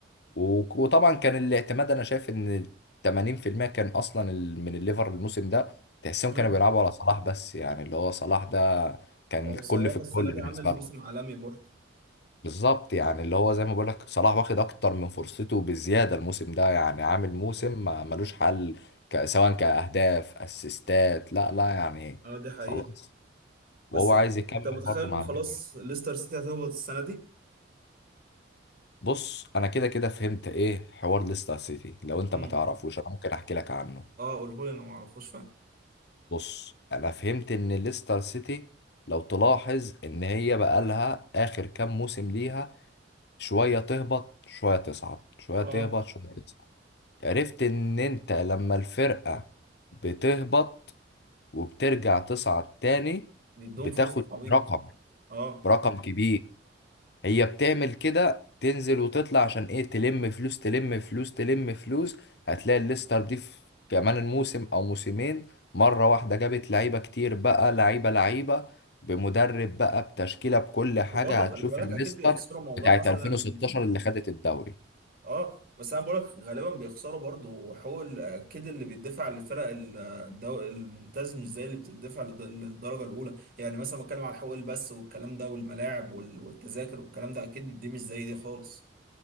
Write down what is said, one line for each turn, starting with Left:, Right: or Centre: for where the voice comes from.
Left: و- وطبعا كان الاعتماد انا شايف ان 80% كان اصلا ال- من الليفر الموسم ده تحسهم
Right: امم
Left: كانوا بيلعبوا على صلاح بس يعني اللي هو صلاح ده كان
Right: هو
Left: الكل
Right: صلاح
Left: في الكل
Right: السنة دي
Left: بالنسبه
Right: عامل موسم
Left: لهم
Right: عالمي برضه
Left: بالظبط يعني اللي هو زي ما بقولك صلاح واخد اكتر من فرصته بزياده الموسم ده يعني عامل موسم ما ملوش حل ك... سواء كاهداف اسيستات لا لا يعني
Right: اه دي حقيقة
Left: خلاص
Right: بس
Left: وهو عايز يكمل
Right: انت متخيل
Left: برضه
Right: ان
Left: مع
Right: خلاص
Left: الليفر
Right: ليستر سيتي هتهبط السنة دي؟
Left: بص انا كده كده فهمت ايه حوار ليستر سيتي لو انت
Right: امم
Left: ما تعرفوش انا ممكن احكي لك عنه
Right: اه قولهولي انا ما اعرفوش فعلا
Left: بص انا فهمت ان ليستر سيتي لو تلاحظ ان هي بقالها اخر كام موسم ليها شويه تهبط شويه تصعد شويه
Right: اه
Left: تهبط شويه تصعد عرفت ان انت لما الفرقة بتهبط وبترجع تصعد تاني
Right: بيدوهم
Left: بتاخد
Right: فلوس بالعبيط
Left: رقم
Right: اه
Left: رقم كبير هي بتعمل كده تنزل وتطلع عشان ايه تلم فلوس تلم فلوس تلم فلوس هتلاقي الليستر دي في كمان الموسم او موسمين مرة واحدة جابت لعيبة كتير بقى لعيبة لعيبة بمدرب بقى بتشكيلة بكل
Right: بس
Left: حاجة
Right: برضه
Left: هتشوف
Right: خلي بالك
Left: الليستر
Right: اكيد بيخسروا موضوع
Left: بتاعت
Right: مثلا
Left: 2016 اللي خدت الدوري
Right: اه بس انا بقولك غالبا بيخسروا برضو وحقوق اكيد اللي بيدفع لفرق ال- الدو... الممتاز مش زي اللي بتدفع لد- للدرجه الاولى يعني مثلا بتكلم على حقوق البث والكلام ده والملاعب وال... والتذاكر والكلام ده اكيد دي مش زي دي خالص